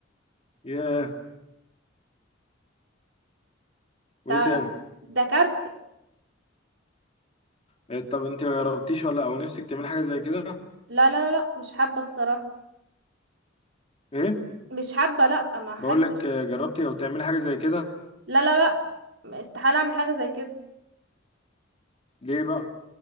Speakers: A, on the left (about 30°); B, on the right (about 70°).
A: ياه وايه
B: ده
A: تاني
B: ده كارثة
A: إيه، طب انت ما جربتيش ولا او نفسك تعملي حاجه زي كده
B: لا لا لا لا، مش حابة الصراحة
A: ايه
B: مش حابة لا ما احب
A: بقول لك آه، جربتي او تعملي حاجه زي كده
B: لا لا لا استحالة اعمل حاجة زي كده
A: ليه بقى